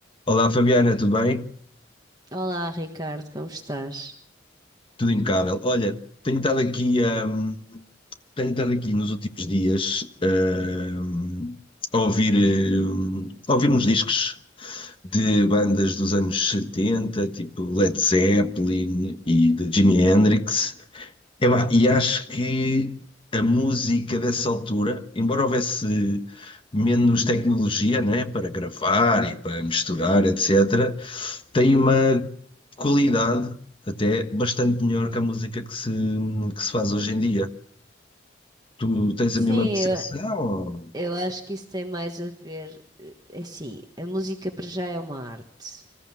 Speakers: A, on the left; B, on the right.
A: Olá Fabiana, tudo bem?
B: Olá, Ricardo, como estás?
A: Tudo impecável. Olha, tenho estado aqui, hum, tenho estado aqui nos últimos dias, hum, a ouvir, hum, a ouvir uns discos de bandas dos anos 70, tipo Led Zeppelin e de Jimi Hendrix. Epá, e acho que a música dessa altura, embora houvesse menos tecnologia, né, para gravar e para misturar, etc., tem uma qualidade até bastante melhor que a música que se, que se faz hoje em dia. Tu tens
B: Sim,
A: a mesma percepção?
B: eu,
A: ou-
B: eu acho que isso tem mais a ver. eh, Assim, a música para já é uma arte